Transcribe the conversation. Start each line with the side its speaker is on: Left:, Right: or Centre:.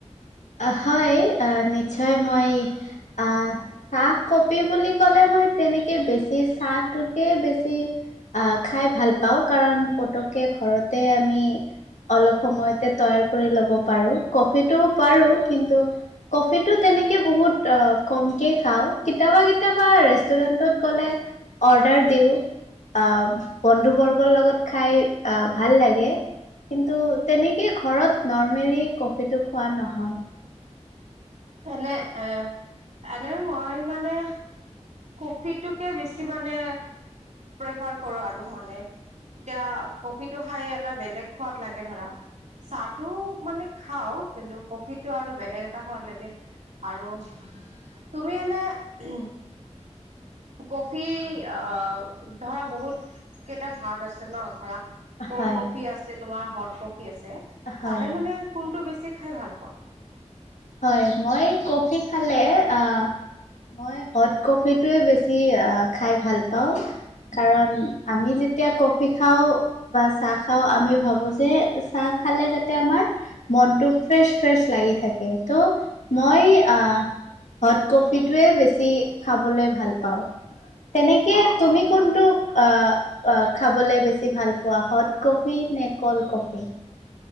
Left: অ হয়, নিশ্চয় মই আহ- চাহ কফি বুলি ক'লে মই তেনেকে বেছি চাহটোকে বেছি- আহ, খাই ভাল পাওঁ, কাৰণ পতকে ঘৰতে আমি- অলপ সময়তে তৈয়াৰ কৰি ল'ব পাৰো, কফিটো- পাৰো, কিন্তু কফিটো তেনেক- কে বহুত কমকে খাওঁ, কেতিয়াবা কেতিয়াবা ৰেষ্টুৰেন্টত গ'লে- অৰ্ডাৰ দিওঁ। আ বন্ধু বৰ্গৰ লগত খাই ভাল লাগে। কিন্তু, তেনেকে ঘৰত নৰ্মেলি কফিটো খোৱা নহয়।
Right: এনে এ এনেই মই মানে- কফিটোকে বেছি মানে প্ৰেফাৰ কৰো আৰু মানে- এতিয়া কফিটো খাই এটা বেলেগ সোৱাদ লাগে ধৰা। চাহ টো মানে খাওঁ, কিন্তু কফিটো আৰু বেলেগ এটা খোৱাদ লাগে। আৰু তুমি এনেই- কফি অহ ধৰা বহুত- কেইটা ভাগ আছে ন, ধৰা-
Left: হয়,
Right: ক'ল্ড কফি আছে তোমাৰ হট কফি আছে,
Left: হয়,
Right: তাৰে মানে কোনটো বেছি খাই ভাল পোৱা?
Left: হয়, মই কফি খালে আঁ মই হত- কফিটোৱে বেছি আ খাই ভাল পাওঁ। কাৰণ, আমি যেতিয়া কফি খাওঁ- বা চাহ খাওঁ আমি ভাবো যে, চাহ খালে যাতে আমাৰ- মনটো ফ্ৰেছ ফ্ৰেছ লাগি থাকে, ত' মই আহ- হট কফিটোৱে বেছি খাবলে ভাল পাওঁ, তেনেকে
Right: অ
Left: তুমি
Right: অ
Left: কোনটো- আ আ খাবলে বেছি ভাল পোৱা হট কফি নে ক'ল্ড কফি?